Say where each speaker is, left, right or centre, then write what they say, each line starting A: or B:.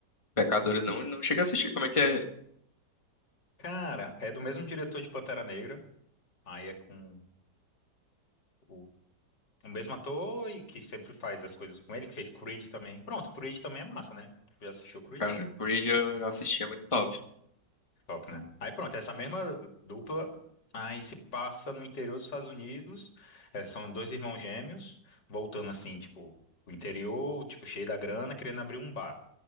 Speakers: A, on the left; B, on the left.
A: Pecadores não, não chega a assistir, como é que é ele?
B: Cara, é do mesmo diretor de Pantera Negra. Aí é com o, o mesmo ator e que sempre faz as coisas com ele, que fez Creed também. Pronto, Creed também é massa, né? Já assistiu Creed?
A: Cara, Creed eu assistia muito top.
B: Top, né? Aí pronto, essa mesma dupla aí se passa no interior dos Estados Unidos. É, são dois irmãos gêmeos, voltando assim, tipo, o interior, tipo, cheio da grana, querendo abrir um bar.